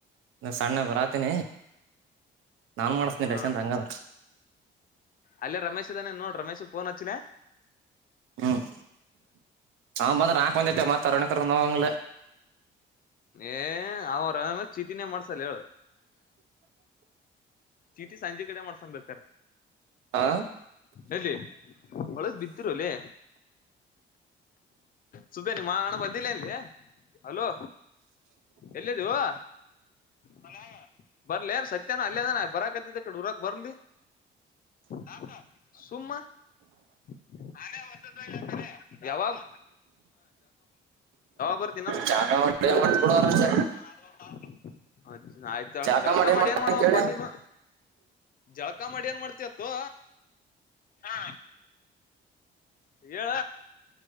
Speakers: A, on the right (about 85°); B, on the left (about 45°).
A: ಸಣ್ಣ ಬರಾತೀನಿ ನಾನ್ ಮಾಡಸ್ತೇನಿ
B: ಹಾ
A: ರೇಷನ ಹಂಗದರ
B: ಅಲ್ಲೇ ರಮೇಶ್ ಇದ್ದಾನೆನ ನೋಡ್ ರಮೇಶ್ ಫೋನ್ ಹಚ್ಚಿನೆ
A: ಹ್ಮ್ ಅವ ಬಂದ್ರ ನಾಕ್ ಮಂದಿ ಆತವಿ ಮತ್ತ ಅರುಣೆ ಕರಕೊಂದ ಹೋಗಂಗಲ್ಲ
B: ಏ ಅವರ ಚೀತಿನೇ ಮಾಡ್ಸಲ್ಲ ಹೇಳ ಚೀಟಿ ಸಂಜಿ ಕಡೆ ಮಾಡ್ಸಮ ಬೇಕಾರೆ
A: ಆ
B: ಎಲ್ಲಿ ಒಳಗ್ ಬಿದ್ದರೊಲ್ಲೇ ಸುಬೆ ನಿಮ್ಮ ಹಾಣ್ಣ ಬಂದಿಲ್ಲೇನ ಲೇ ಹಲೋ ಎಲ್ಲಿದ್ದೇವೊ ಮನ್ಯಾಗ ಬರ್ಲಿ ಏನ್ ಸತ್ಯಾನ ಅಲ್ಲೆ ಅದಾನ ಬರಕತ್ತಿದ್ದ ಈಕಡಿ ಊರಕ್ ಬರ್ಲಿ ಯಾಕ್ ಸುಮ್ಮ <unintelligible> ಯಾವಾಗ್ ಬರತ್ತಿ
A: ಜಳಕ ಮಾಡಿ ಟೈಮ್ ಮಾಡತ್ತಿ ಬಿಡು ಅಕಡಿ
B: ಇನಾ ಅರ್ಧ ತಾಸು ಆಯ್ತ ಹೇಳ
A: ಜಾಗ
B: ಜಳಕಾ ಮಾಡಿ
A: ಮಾಡ್ತಾನ
B: ಏನ್ ಮಾಡವಪ್ಪ
A: ಕೇಳಿ
B: ನೀನು ಜಳಕ ಮಾಡಿ ಏನ್ ಮಾಡ್ತಿತ್ತು ಹ ಹೇಳ